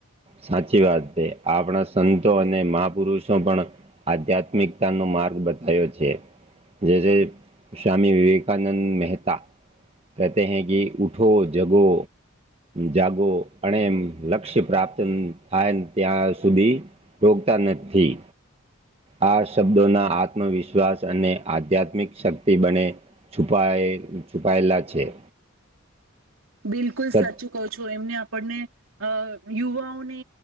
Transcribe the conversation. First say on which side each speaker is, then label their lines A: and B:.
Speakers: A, on the right (about 30°); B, on the right (about 70°).
A: સાચી વાત છે, આપણા સંતો અને મહાપુરુષો પણ આધ્યાત્મિકતાનો માર્ગ બતાવયો છે. જે જે સ્વામી વિવેકાનંદ મહેતા કહે તે હૈ કે ઊઠો જગો જાગો અને એમ લક્ષ્ય પ્રાપ્ત થાયને ત્યાં સુધી રોકતા નથી. આ શબ્દોના આત્મવિશ્વાસ અને આધ્યાત્મિક શક્તિ બને. છુપાય છુપાયેલા છે.
B: બિલકુલ
A: સત
B: સાચુ કહો છો એમને આપણને અ યુવાઓને